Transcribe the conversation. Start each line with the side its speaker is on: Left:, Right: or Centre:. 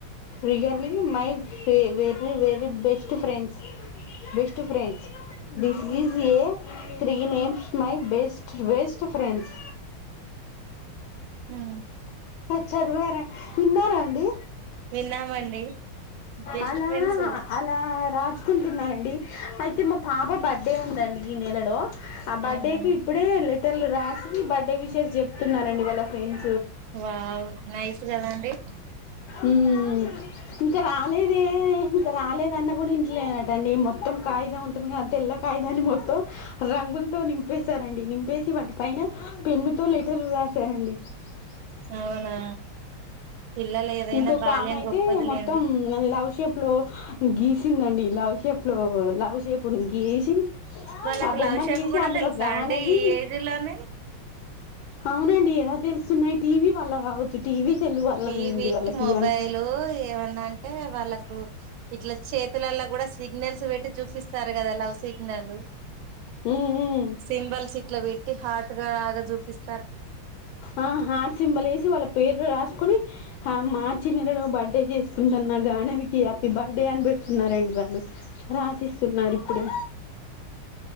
Left: really my వెర very best friends best friends this is a three names my best best friends
Right: who
Left: చదివారా విన్నారా అండి
Right: విన్నామండి బెస్ట్
Left: అలా
Right: ఫ్రెండ్స్
Left: అలా రాజు చసుకుంటున్నారండి అయితే మా పాప బర్త్డే ఉందండి ఈ నెలలో ఆ బర్త్డే
Right: అవునా
Left: కు ఇప్పుడే రాశి బర్త్డే విషెస్ చూస్తున్నారండి వాళ్ళ ఫ్రండ్
Right: వావ్ నైస్ కదండి
Left: ఉమ్ ఇంకా రాలేద ఇంకా రాలేదన్న కూడా ఇంట్లేనట అడి మొత్తం కాగితం ఉంటుంది కదా తెల్ల కాగియిన్ని మొత్తం రంగులతో నింపి ప్పేశారండి నింపేసి వాటి పైన పెన్నుతో తెలు వశారండి <unintelligible>
Right: అవునా పిల్లలు ఏదైనా
Left: ఇంకొక్క
Right: బాల్యం
Left: ఆమె ఆమె అయితే
Right: గొప్పదిలేండి
Left: మొత్తం లవ్ షేప్ లో గీసిందండి లవ్ షేప్ లో లవ్ షేప్ నీ గీసి
Right: వాళ్ళకు
Left: ఆ బొమ్మను
Right: లవ్ షేప్
Left: గీసి
Right: కూడా
Left: అందులో
Right: తెలుసా
Left: గానవి
Right: అండి ఈ ఏజ్ లోనే
Left: అవునండి ఎలా తెలుసున్నాయి టీవీ వాళ్ళ కావచ్చు టీవీ సెల్లు వల్ల
Right: టీవీ
Left: అండి వాళ్ళకి
Right: మొబైలు
Left: అన్
Right: ఏమన్నా అంటే వాళ్ళకు ఇట్ల చేతులల్ల కూడా సిగ్నల్స్ పెట్టి చూపిస్తారు కదా love signal
Left: um um
Right: symbol సిట్ల వీ కి హార్ట్గాగా చూపిస్
Left: ఆ హార్సింబలే వేసి వాళ్ళ పేర్లు రాసుకునీ ఆ మార్చి నెలలో బర్త్డే చేసుకుంటున్న గానవికి హ్యాపీ బర్త్డే అని పెడుతున్నారండి వాళ్ళు రాసిస్తున్నారు ప్పుడు